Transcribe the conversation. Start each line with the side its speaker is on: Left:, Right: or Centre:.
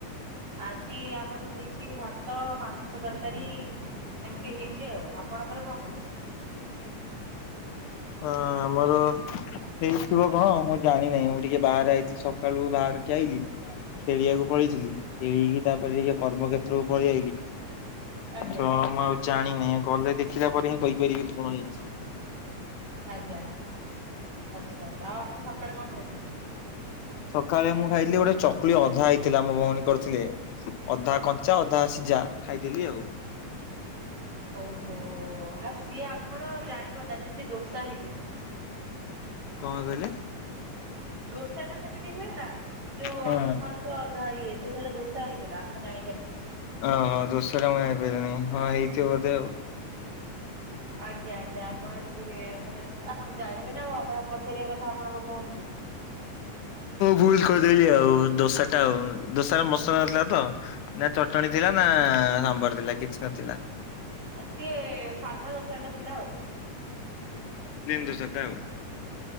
Right: ଆଜି ଆମର ହେଇଛି ଭାତ, ମାଛ ତରକାରୀ, ଏମିତି ହେଇଛି ଆଉ ଆ ଆପଣଙ୍କର କଣ ହେଇଛି?
Left: ହଁ ଆମର ହେଇଥିବ କଣ ମୁଁ ଜାଣିି ନାହିଁ ମୁଁ ଟିକେ ବାହାରେ ଆଇଛିି ସକାଳୁ ବାହାରିକି ଆଇଲି ଖେଳିବାକୁ ପଳେଇଥିଲି ଖେଳିକି ତାପରେ ଟିକେ କର୍ମକ୍ଷେତ୍ରକୁ ପଳେଇ ଆଇଲି
Right: ଆଜ୍ଞା
Left: ଜ ମୁଁ ଆଉ ଜାଣିନି ଗଲେ ଦେଖିଲା ପରେ ହିଁ କହିପାରିବି କଣ ହେଇଛି
Right: ଆଜ୍ଞା ଆଜ୍ଞା ଆଛା ଆଛା। ଆଉ ଆପଣ ସକାଳେ କଣ ଖାଇଥିଲେ?
Left: ସକାଳେ ମୁଁ ଖାଇଥିଲି ଗୋଟେ ଚକୁଳି ଅଧା ହେଇଥିଲା ମୋ ଭଉଣୀ କରିଥିଲେ ଅଧା କଞ୍ଚା ଅଧା ସିଝା ଖାଇଦେଲି ଆଉ।
Right: ଓହୋ ଆଉ ସିଏ ଆପଣ ଜାଣିପାରୁନାହାନ୍ତି। ସିଏ ଦୋସା ହେଇଥିବ।
Left: କଣ କହିଲେ?
Right: ଦୋସା ଟା ସେମିତି ହୁଏ ନା ଯୋଉଁ
Left: ହଁ
Right: ଅଧା କଞ୍ଚା ଅଧା ଇଏ ତ ସେଇଟା ଦୋସା ହେଇ ଥିଲା ଆପଣ ଜାଣିପାରିବେ।
Left: ଓହୋ ଦୋଷାଟା ମୁଇଁ ଜାଣିପାରିଲିନି ହଁ ହେଇଥିବ ବୋଧେ ଆଉ।
Right: ଆଜ୍ଞା ଆଜ୍ଞା ଆପଣ ଟିକେ ମାନେ ଆପଣ ଜାଣିବେ ନା ଆଉ ଆପଣ ପଚାରିବା କଥା ଆପଣଙ୍କ ଭଉଣୀଙ୍କୁ।
Left: ଭୁଲ କହିଲି। ଆଉ ଦୋସା ଟା ଆଉ ଦୋସ ମସଲା ନଥିଲା ତ ନା ଚଟଣି ଥିଲା ନା ଥିଲା କିଛି ନଥିଲା।
Right: ଆ ସିଏ ସାଧା ଦୋସା ଟା ଥିଲା ଆଉ।
Left: ପ୍ଲେନ ଦୋଷାଟା ଆଉ।